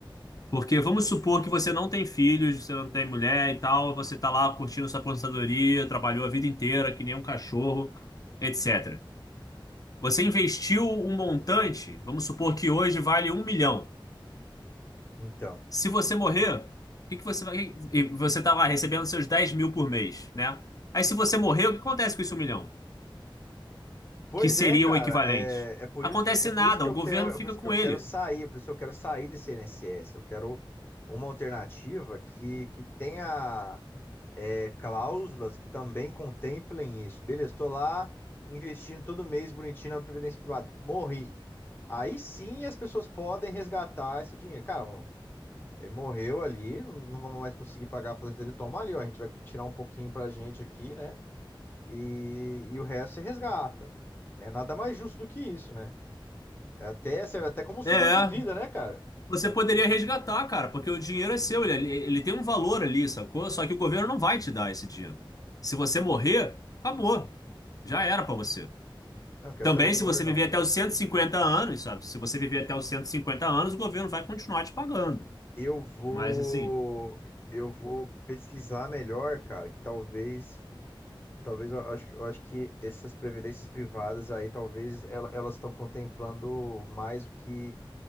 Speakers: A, on the left; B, on the left.
A: Porque vamos supor que você não tem filhos, você não tem mulher e tal, você tá lá curtindo sua aposentadoria, trabalhou a vida inteira que nem um cachorro, etc. Você investiu um montante, vamos supor que hoje vale um milhão.
B: Então.
A: Se você morrer, o que que você vai. e Você está lá recebendo seus 10 mil por mês, né? Aí se você morrer, o que acontece com esse um milhão?
B: Pois
A: Que seria
B: é, cara,
A: o equivalente?
B: é, é por
A: Acontece
B: isso que é por
A: nada,
B: isso que
A: o
B: eu
A: governo
B: quero, é
A: fica
B: por isso
A: com
B: que eu quero
A: ele.
B: sair, é por isso que eu quero sair desse INSS. Eu quero uma alternativa que, que tenha é, cláusulas que também contemplem isso. Beleza, estou lá investindo todo mês bonitinho na previdência privada. Morri. Aí sim as pessoas podem resgatar esse dinheiro. Cara, mano, ele morreu ali, não não vamos mais conseguir pagar a aposentadoria. Toma ali, ó, a gente vai tirar um pouquinho pra gente aqui, né? E, e o resto você resgata. Né? Nada mais justo do que isso, né? É até serve até como um seguro
A: É,
B: de vida, né, cara?
A: você poderia resgatar, cara, porque o dinheiro é seu, ele, é, ele tem um valor ali, sacou? Só que o governo não vai te dar esse dinheiro. Se você morrer, acabou. Já era para você.
B: Não, quer
A: Também,
B: saber de
A: se
B: governo,
A: você viver
B: não,
A: até
B: cara.
A: os 150 anos, sabe? Se você viver até os 150 anos, o governo vai continuar te pagando.
B: Eu vou,
A: Mas, assim,
B: eu vou pesquisar melhor, cara, que talvez, talvez eu acho, eu acho que essas previdências privadas aí, talvez ela- elas estão contemplando mais o que,